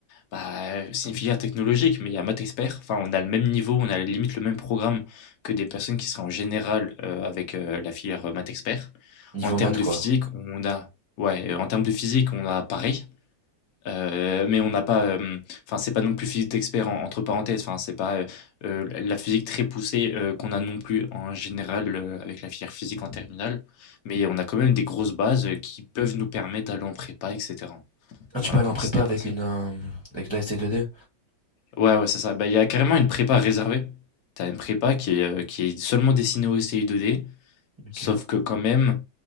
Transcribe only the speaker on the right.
Niveau
maths, quoi.
Ah, tu
peux aller
en prépa
avec
une, euh, avec de la STI2D?
Ok.